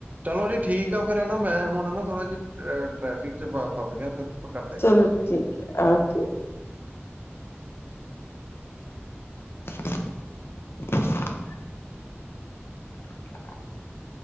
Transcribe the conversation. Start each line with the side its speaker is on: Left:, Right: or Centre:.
Right: ਚਲੋ ਜੀ ਠੀਕ ਆ ਫੇਰ ਹਨਾ ਮੈਂ ਹੁਣ ਨਾ ਥੋੜਾ ਜਿਹਾ। ਟ੍ਰੈਫਿਕ ਚ ਵ ਫਸ ਗਿਆ ਫੇਰ ਆਪਾਂ ਕਰਦੇ
Left: ਚਲੋ
Right: ਗੱਲ।
Left: ਠੀਕ ਹੈ ਓਕੇ। <unintelligible> <unintelligible>